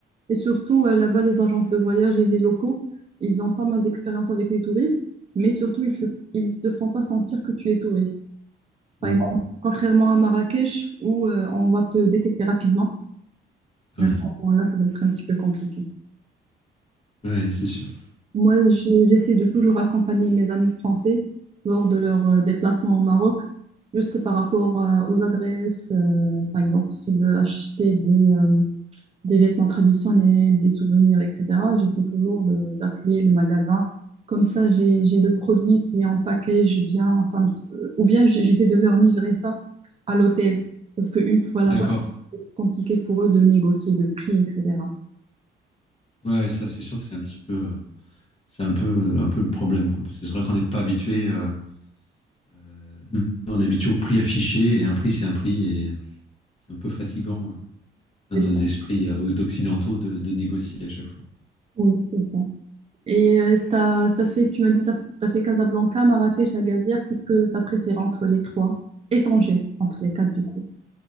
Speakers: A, on the right; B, on the left.
A: Et surtout, euh, là-bas, les agences de voyage et les locaux, ils ont pas mal d'expérience avec les touristes, mais surtout, ils ne te font pas sentir que tu es touriste. Par
B: Hmm.
A: exemple, contrairement à Marrakech, où euh, on va te détecter rapidement,
B: Ah
A: Et
B: Oui,
A: à ce moment-là, ça va être un petit peu compliqué.
B: ouais, c'est sûr.
A: Moi,
B: C'est
A: j'ai-
B: sûr.
A: j'essaie de toujours accompagner mes amis français lors de leurs euh, déplacements au Maroc, juste par rapport euh, aux adresses. euh, par exemple, s'ils veulent acheter des, euh, des vêtements traditionnels, des souvenirs, etc. J'essaie toujours de- d'appeler le magasin. Comme ça, j'ai, j'ai le produit qui est en package bien, enfin, un petit peu- ou bien j'- j'essaie de leur livrer ça à l'hôtel. Parce qu'une fois là-bas,
B: D'accord.
A: c'est compliqué pour eux de négocier le prix, etc.
B: Ouais, ouais, ça, c'est sûr que c'est un petit peu, euh, c'est un peu, un peu le problème, quoi. Parce que c'est vrai qu'on n'est pas habitué. euh, euh, nous, on est habitué au prix affiché et un prix, c'est un prix. Et c'est un peu fatigant hein, dans
A: C'est
B: nos
A: ça.
B: esprits euh, d'occidentaux de, de négocier à chaque fois.
A: Oui, c'est ça. Et euh, t'as, t'as fait, tu m'as dit, t'as, fait- t'as fait Casablanca, Marrakech, Agadir. Qu'est-ce que t'as préféré entre les trois? Et Tanger, entre les quatre, du coup.